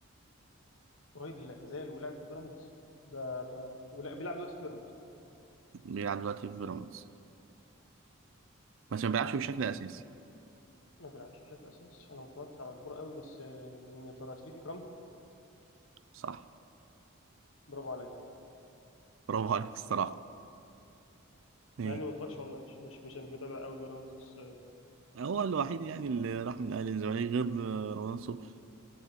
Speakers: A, on the left; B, on the right.
A: قريب للاعتزال ولعب في بيراميدز ده ده ده- ولا بيلعب دلوقتي في بيراميدز
B: بيلعب دلوقتي في بيراميدز بس ما بيلعبش بشكل
A: إيه،
B: أساسي
A: ما بيلعبش بشكل اساسي انا ما اتفرجتش على الكوره قوي بس آه، مين يا ترى شريف اكرامي
B: صح
A: برافو عليا
B: برافو عليك الصراحة ايه
A: مع اني ما اتفرجش والله مش مش مش مش متابع قوي بيراميدز بس اه
B: هو الوحيد يعني اللي راح من الأهلي للزمالك غير آه، رمضان صبحي